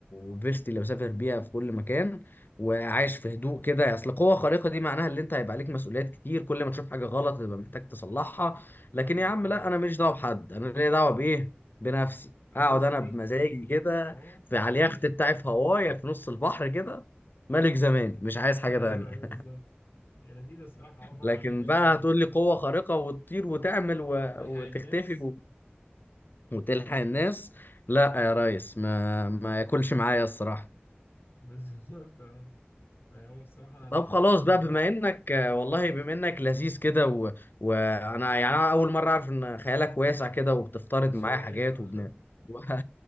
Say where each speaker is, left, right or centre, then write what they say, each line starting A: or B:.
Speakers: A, on the left (about 55°); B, on the left (about 70°).
A: وفيستي اللي بسافر بيها في كل مكان وعايش في هدوء كده اصل قوه خارقه دي معناها ان انت هيبقى عليك مسؤوليات كتير كل ما تشوف حاجه غلط هتبقى محتاج تصلحها لكن
B: اه
A: يا عم
B: اه
A: لا انا ماليش دعوه بحد انا ليا دعوه بايه بنفسي
B: افيستي
A: اقعد انا بمزاجي كده
B: اه
A: في على
B: وعيش
A: اليخت بتاعي في هواي في نص البحر كده ملك زماني
B: <laughs>
A: مش عايز حاجه
B: ايوه
A: تانية
B: ايوه بالظبط هي لذيذه الصراحه اه بره
A: لكن
B: عنك باي
A: بقى
B: حاجه
A: هتقول
B: بقى
A: لي قوة خارقة وتطير وتعمل و...
B: والحق
A: وتختفي
B: الناس
A: و... وتلحق الناس لا يا ريس ما ما ياكلش معايا الصراحة
B: <laughs> بالظبط اه فهو الصراحه انا هتفق
A: طب خلاص
B: معاك في الحوار
A: بقى بما
B: ده
A: انك آه، والله بما انك لذيذ كده و... وانا يعني انا اول مرة اعرف ان خيالك واسع كده وبتفترض
B: شويه
A: معايا حاجات
B: اه
A: وبن... و... <laughs>